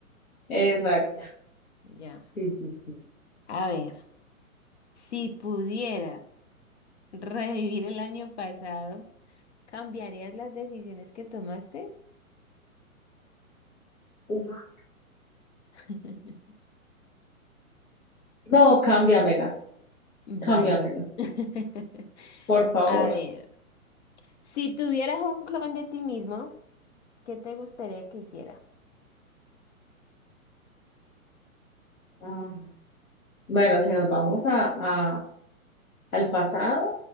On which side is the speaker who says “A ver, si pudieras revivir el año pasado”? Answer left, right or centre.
Left